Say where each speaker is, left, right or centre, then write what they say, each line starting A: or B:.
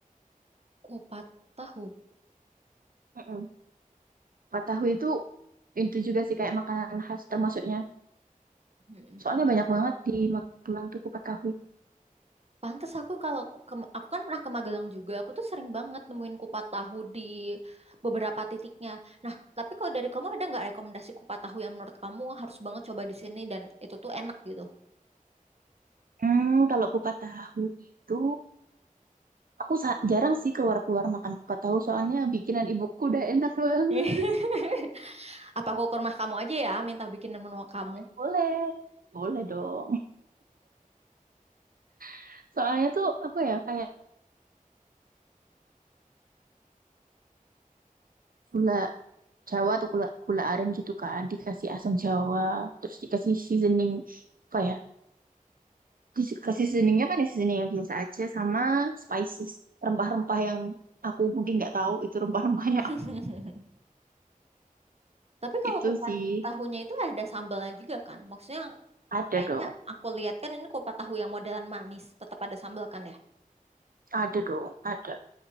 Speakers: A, on the right (about 45°); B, on the right (about 80°).
A: Kupat tahu.
B: Heeh. Kupat tahu itu itu juga sih kayak makanan khas termasuknya.
A: Mm-mm.
B: Soalnya banyak banget di Magelang tuh kupat tahu.
A: Pantes aku kalau ke- aku kan pernah ke Magelang juga, aku tuh sering banget nemuin kupat tahu di beberapa titiknya. Nah, tapi kalau dari kamu ada nggak rekomendasi kupat tahu yang menurut kamu harus banget coba di sini dan itu tuh enak gitu?
B: Hmm, kalau kupat tahu itu aku sa- jarang sih keluar-keluar makan kupat tahu soalnya bikinan ibuku udah enak banget.
A: <laughs> Apa aku ke rumah kamu aja ya, minta bikinin menu kamu?
B: Boleh. Boleh dong. <laughs> Soalnya tuh apa ya kayak gula Jawa atau gula gula aren gitu kan dikasih asam Jawa terus dikasih seasoning apa ya dikasih seasoningnya kan ya seasoning yang biasa aja sama spices rempah-rempah yang aku mungkin nggak tahu itu rempah-rempahnya
A: <laughs>
B: apa.
A: Tapi kalau
B: itu
A: kupat
B: sih
A: tahunya itu ada sambalnya juga kan? Maksudnya
B: ada
A: kayaknya
B: dong
A: aku lihat kan ini kupat tahu yang modelan manis, tetap ada sambal kan ya?
B: ada dong ada